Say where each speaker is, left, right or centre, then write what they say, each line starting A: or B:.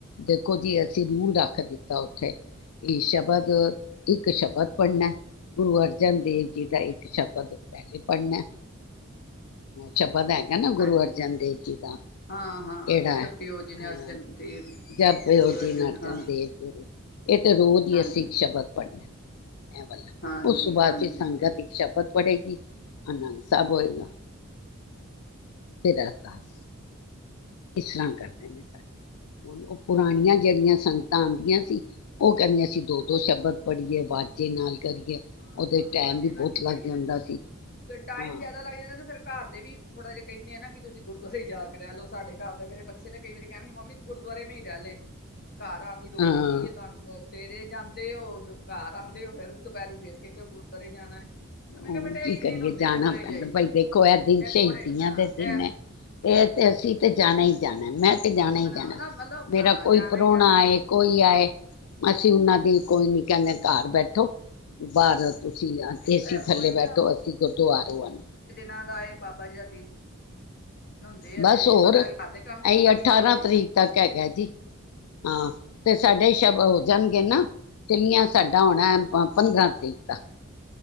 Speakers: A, on the left; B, on the left.
A: ਦੇਖੋ ਜੀ ਅਸੀਂ ਰੂਲ ਰੱਖ ਦਿੱਤਾ, ਉੱਥੇ ਕਿ ਸ਼ਬਦ ਇੱਕ ਸ਼ਬਦ ਪੜ੍ਹਨਾ ਗੁਰੂ ਅਰਜਨ ਦੇਵ ਜੀ ਦਾ ਇੱਕ ਸ਼ਬਦ ਪਹਿਲੇ ਪੜ੍ਹਨਾ ਸ਼ਬਦ ਹੈ। ਹਨਾ, ਗੁਰੂ
B: ਹਾਂਜੀ
A: ਅਰਜਨ
B: ਹਾਂਜੀ
A: ਦੇਵ ਜੀ ਦਾ
B: ਹਾਂ ਹਾਂ
A: ਕਿਹੜਾ
B: ਜਪਿਓ
A: ਅਹ
B: ਜਿਵੇਂ ਅਰਜਨ ਦੇਵ
A: ਜ ਜਾ
B: ਗੁਰੂ
A: ਅਰਜਨ
B: ਹਾਂ
A: ਦੇਵ ਗੁਰੂ ਇਹ ਤੇ ਰੋਜ਼ ਹੀ
B: ਹਾਂਜੀ
A: ਅਸੀਂ ਸ਼ਬਦ ਪੜ੍ਹਨਾ ਐਂ ਵਾਲਾ
B: ਹਾਂਜੀ
A: ਉਸ ਤੋਂ ਬਾਅਦ
B: ਹਾਂਜੀ
A: ਫਿਰ ਸੰਗਤ
B: ਹਾਂ
A: ਇੱਕ ਸ਼ਬਦ ਪੜੇਗੀ। ਆਨੰਦ ਸਾਹਿਬ ਹੋਏਗਾ। ਫਿਰ ਅਰਦਾਸ, ਇਸ ਤਰ੍ਹਾਂ ਕਰਦੇ ਨੇ ਸਾਡੇ ਹੁਣ ਉਹ ਪੁਰਾਣੀਆਂ ਜਿਹੜੀਆਂ ਸਨ। ਤਾਂ ਆਦੀਆਂ ਸੀ ਉਹ ਕਹਿੰਦੀਆਂ ਸੀਂ ਦੋ-ਦੋ ਸ਼ਬਦ ਪੜ੍ਹੀਏ, ਵਾਜੇ ਨਾਲ ਕਰੀਏ
B: ਹਾਂ-ਹਾਂ,
A: ਉਹਦੇ ਟਾਈਮ
B: ਵਾਜ਼ੇ
A: ਬਹੁਤ
B: ਨਾਲ ਵੀ
A: ਲੱਗ
B: ਬੜੀ
A: ਜਾਂਦਾ
B: ਤੇ
A: ਸੀ
B: ਫਿਰ ਟਾਈਮ
A: ਹਾਂ
B: ਜਿਆਦਾ ਲੱਗ ਜਾਂਦਾ ਤੇ ਫੇਰ ਘਰ ਦੇ ਵੀ ਥੋੜਾ ਜਿਹਾ ਕਹਿੰਦੇ ਆ ਨਾ ਕਿ ਤੁਸੀਂ ਗੁਰਦੁਆਰੇ ਹੀ ਜਾ ਕੇ ਰਹਿ ਲਓ, ਸਾਡੇ ਘਰ ਦੇ ਮੇਰੇ ਬੱਚੇ ਤੇ ਕਈ ਵਾਰੀ ਕਹਿਣਗੇ ਮੰਮੀ ਤੂੰ ਗੁਰਦੁਆਰੇ ਮੈਂ ਹੀ ਰਹਿ ਲਏ। ਘਰ ਆਣ ਦੀ ਲੋੜ
A: ਹਾਂ
B: ਹੀ ਕੀ ਹੈ ਤੁਹਾਨੂੰ ਰੋਜ਼ ਸਵੇਰੇ ਜਾਂਦੇ ਔ, ਦੁਪਹਿਰੇ ਘਰ ਆਉਂਦੇ ਔ ਫੇਰ। ਦੁਪਹਿਰੇ, ਫਿਰ ਕੈੰਦੇ ਔ ਗੁਰਦੁਆਰੇ ਜਾਣਾ। ਤੇ ਮੈਂ
A: ਹੁਣ
B: ਕਿਹਾ ਬੇਟਾ
A: ਕੀ
B: ਇਹੀ
A: ਕਰੀਏ
B: ਦਿਨ ਹੁੰਦੇ
A: ਜਾਣਾ
B: ਥੋੜੇ
A: ਪੈਂਦਾ
B: ਜਿਹੇ
A: ਬਾਈ ਦੇਖੋ ਐ ਦਿਨ
B: ਇਹ
A: ਸ਼ਹੀਦੀਆਂ
B: ਥੋੜੇ ਹਾਂ
A: ਦੇ ਦਿਨ
B: ਇਹ
A: ਹੈ, ਏਹ ਤੇ ਅਸੀਂ ਤੇ ਜਾਣਾ ਹੀ ਜਾਣੈ। ਮੈਂ ਤੇ ਤੇ ਜਾਣਾ ਹੀ ਜਾਣਾ।
B: ਵਾ ਨਾ ਮਤਲਬ
A: ਮੇਰਾ
B: ਹਾਂ
A: ਕੋਈ
B: ਜਾਣਾ
A: ਪ੍ਰੋਣਾ
B: ਹੀ ਜਾਣਾ ਕਿਉਂ
A: ਆਏ ਕੋਈ ਆਏ ਅਸੀਂ ਉਹਨਾਂ ਦੀ ਕੋਈ ਨੀ ਕੈੰਦੇ ਘਾਰ ਬੈਠੋ। ਬਾਹਰੋ ਤੁਸੀਂ
B: ਠੀਕ ਹੈ
A: ਆਣਾ
B: ਨਹੀਂ
A: ਏਸੀ
B: ਉਹੀ
A: ਥੱਲੇ ਬੈਠੋ, ਅਸੀਂ ਗੁਰਦੁਆਰੋ ਆਣੇ।
B: ਨਾਲੇ ਤਾਂ ਏਹ ਬਾਬਾ ਜੀ ਦਾ ਦਿਨ ਹੁੰਦੇ ਆ
A: ਬਸ
B: ਤੇ
A: ਹੋਰ
B: ਮਤਲਬ
A: ਅਹੀ
B: ਘਰ ਦੇ ਕੰਮ ਤੇ ਖਤਮ
A: ਅਠਾਰਾਂ
B: ਹੀ ਨਹੀਂ ਹੋਣੇ
A: ਤਰੀਕ ਤੱਕ ਹੈਗ ਹੈ ਜੀ। ਹਾਂ, ਤੇ ਸਾਡੇ ਸ਼ਵ ਹੋ ਜਾਣਗੇ ਨਾ
B: ਹਾਂਜੀ
A: ਚਿੱੱਲੀਆਂ ਸਾਡਾ ਹੋਣਾ ਹੈ ਪੰਦਰਾਂ ਤਰੀਕ ਤੱਕ।